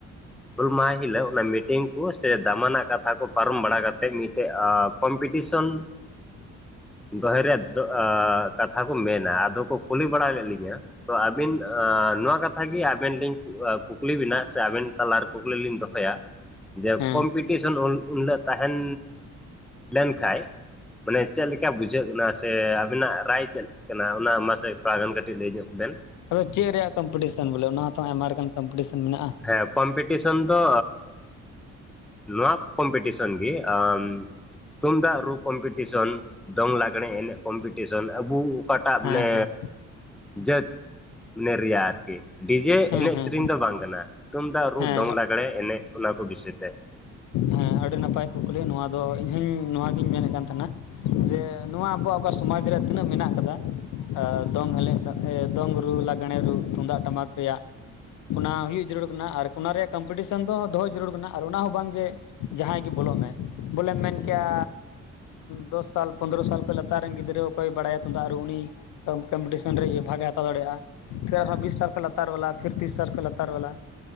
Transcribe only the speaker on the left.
<inaudible>
ᱦᱮᱸ
ᱟᱫᱚ ᱪᱮᱫ ᱨᱮᱭᱟᱜ ᱠᱚᱢᱯᱤᱴᱤᱥᱮᱱ ᱵᱚᱞᱮ᱾ ᱚᱱᱟ ᱦᱚᱸ ᱛᱚ ᱟᱭᱢᱟ ᱞᱮᱠᱟᱱ ᱠᱚᱢᱯᱤᱴᱤᱥᱮᱱ ᱢᱮᱱᱟᱜᱼᱟ᱾
ᱦᱮᱸ
ᱦᱮᱸ
ᱦᱮᱸ
ᱦᱮᱸ
ᱦᱮᱸ
ᱦᱮᱸ
ᱦᱮᱸ ᱟᱹᱰᱤ ᱱᱟᱯᱟᱭ ᱠᱩᱠᱞᱤ ᱱᱚᱣᱟ ᱫᱚ ᱤᱧᱦᱚᱧ ᱱᱚᱣᱟᱜᱤᱧ ᱢᱮᱱᱮᱫ ᱠᱟᱱ ᱛᱟᱦᱮᱱᱟ᱾ ᱡᱮ ᱱᱚᱣᱟ ᱟᱵᱚᱣᱟᱜ ᱚᱠᱟ ᱥᱚᱢᱟᱡᱽ ᱨᱮ ᱛᱤᱱᱟᱹᱜ ᱢᱮᱱᱟᱜ ᱠᱟᱫᱟ᱾ ᱫᱚᱝ ᱦᱮᱞᱮᱡ, ᱫᱚᱝ ᱨᱩ, ᱞᱟᱜᱽᱬᱮ ᱨᱩ ᱛᱩᱢᱫᱟᱜ ᱴᱟᱢᱟᱠ ᱨᱮᱭᱟᱜ ᱚᱱᱟ ᱦᱩᱭᱩᱜ ᱡᱟᱹᱨᱩᱲ ᱠᱟᱱᱟ ᱟᱨ ᱚᱱᱟ ᱨᱮᱭᱟᱜ ᱠᱚᱢᱯᱤᱴᱤᱥᱮᱱ ᱫᱚ, ᱫᱚᱦᱚ ᱡᱟᱹᱨᱩᱲ ᱠᱟᱱᱟ ᱾ ᱟᱨ ᱚᱱᱟ ᱦᱚᱸ ᱵᱟᱝ ᱡᱮ ᱡᱟᱦᱟᱸᱭ ᱜᱮ ᱵᱚᱞᱚᱜ ᱢᱮ, ᱵᱚᱞᱮᱢ ᱢᱮᱱ ᱠᱮᱭᱟ ᱫᱚᱥ ᱥᱟᱞ, ᱯᱚᱱᱨᱚ ᱥᱟᱞ ᱠᱷᱚᱡ ᱞᱟᱛᱟᱨ ᱨᱮᱱ ᱜᱤᱫᱽᱨᱟᱹ ᱚᱠᱚᱭ ᱵᱟᱲᱟᱭᱟ ᱛᱩᱢᱫᱟᱜ ᱨᱩ ᱩᱱᱤ ᱛᱚ ᱠᱚᱢᱯᱤᱴᱤᱥᱮᱱ ᱨᱮ ᱤᱭᱟᱹ ᱵᱷᱟᱜ ᱮ ᱦᱟᱛᱟᱣ ᱫᱟᱲᱮᱭᱟᱜᱼᱟ᱾ ᱯᱷᱤᱨ ᱟᱨᱦᱚᱸ ᱵᱤᱥ ᱥᱟᱞ ᱠᱷᱚᱡ ᱞᱟᱛᱟᱨ ᱵᱟᱞᱟ᱾ ᱯᱷᱤᱨ ᱛᱤᱨᱤᱥ ᱥᱟᱞ ᱠᱷᱚᱡ ᱞᱟᱛᱟᱨ ᱵᱟᱞᱟ᱾